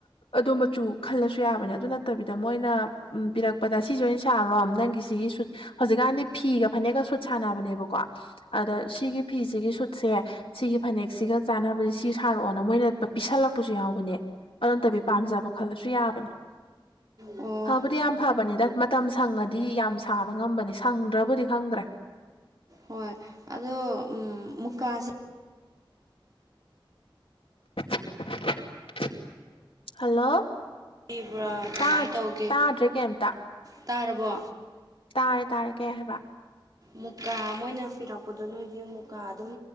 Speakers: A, on the left; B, on the right.
A: ꯑꯗꯣ ꯃꯆꯨ ꯈꯜꯂꯁꯨ ꯌꯥꯕꯅꯦ ꯑꯗꯨ ꯅꯠꯇꯕꯤꯗ ꯃꯣꯏꯅ ꯎꯝ ꯄꯤꯔꯛꯄꯗ ꯁꯤꯁꯦ ꯑꯣꯏꯅ ꯁꯥꯔꯣ ꯅꯪꯒꯤꯁꯤꯒꯤ ꯁꯨꯠ ꯍꯧꯖꯤꯛꯀꯥꯟꯗꯤ ꯐꯤꯒ ꯐꯅꯦꯛꯀ ꯁꯨꯠ ꯁꯥꯟꯅꯕꯅꯦꯕꯀꯣ ꯑꯗ ꯁꯤꯒꯤ ꯐꯤꯁꯤꯒꯤ ꯁꯨꯠꯁꯦ ꯁꯤꯒꯤ ꯐꯅꯦꯛꯁꯤꯒ ꯆꯥꯟꯅꯕ ꯁꯤ ꯁꯥꯔꯛꯑꯣꯅ ꯃꯣꯏꯅ ꯄꯤꯁꯜꯂꯛꯄꯁꯨ ꯌꯥꯎꯕꯅꯦ ꯑꯗꯨ ꯅꯠꯇꯕꯤ ꯄꯥꯝꯖꯕ ꯈꯜꯂꯁꯨ ꯌꯥꯕꯅꯦ
B: ꯑꯣ
A: ꯐꯕꯨꯗꯤ ꯌꯥꯝ ꯐꯕꯅꯤꯗ ꯃꯇꯝ ꯁꯪꯉꯗꯤ ꯐꯤ ꯌꯥꯝ ꯁꯥꯕ ꯉꯝꯕꯅꯦ ꯁꯪꯗ꯭ꯔꯕꯨꯗꯤ ꯈꯪꯗ꯭ꯔꯦ
B: ꯍꯣꯏ ꯑꯗꯣ ꯎꯝ ꯃꯨꯀꯥꯁꯦ
A: <inaudible> ꯍꯜꯂꯣ
B: ꯂꯩꯕ꯭ꯔꯥ ꯀꯃꯥꯏ
A: ꯇꯥꯗ꯭ꯔ
B: ꯇꯧꯒꯦ
A: ꯇꯥꯗ꯭ꯔꯦ ꯀꯩꯝꯇ
B: ꯇꯥꯔꯕꯣ
A: ꯇꯥꯔꯦ ꯇꯥꯔꯦ ꯀꯩ ꯍꯥꯏꯕ
B: ꯃꯨꯀꯥ ꯃꯣꯏꯅ ꯄꯤꯔꯛꯄꯗꯣ ꯅꯣꯏꯗꯤ ꯃꯨꯀꯥ ꯑꯗꯨꯝ